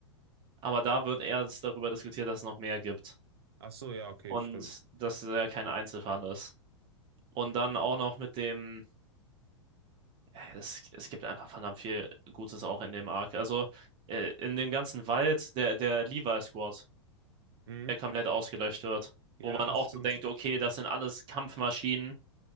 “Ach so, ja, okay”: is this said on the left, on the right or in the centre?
Right